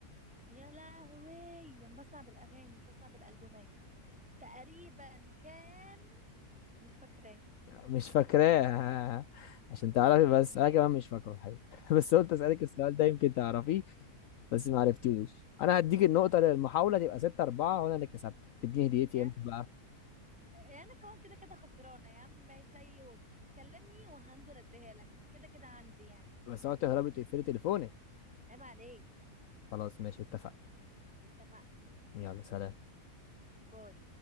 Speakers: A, in the centre; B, on the left.
A: يا لهوي انا بسمع بالاغاني مش بسمع بالالبومات تقريبا كان مش فاكراه بصراحة
B: مش فاكراه <laughs> عشان تعرفي بس أنا كمان مش فاكره الحقيقة <laughs> بس قلت أسألك السؤال ده يمكن تعرفيه بس ما عرفتيهوش أنا هديك النقطة
A: آه.
B: للمحاولة تبقى 6 4 وأنا اللي كسبت تديني هديتي
A: يا
B: إمتى بقى
A: انا كمان كده كده خسرانة يا عم ماشي أي يوم كلمني وهنزل اديها لك كده كده عندي يعني
B: بس أنا قلت لهربت تقفلي تليفونك
A: عيب عليك
B: خلاص ماشي اتفقنا
A: اتفقنا
B: يلا سلام
A: باي